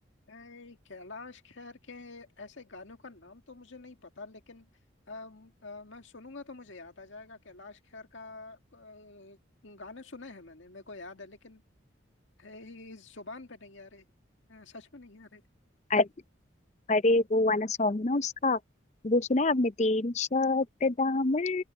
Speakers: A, on the left; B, on the left.
A: ऐ, कैलाश खेर के ऐसे गानों का नाम तो मुझे नहीं पता लेकिन अम, अ, मैं सुनूंगा तो मुझे याद आ जाएगा कैलाश खेर का अ, गाने सुने हैं मैंने मेरे को याद है लेकिन ऐ, इस जुबान पे नहीं आ रहे अ, सच में नहीं आ रहे
B: अरे अरे, वो वाला सॉन्ग है ना उसका वो सुना है आपने तेरी शर्ट दामन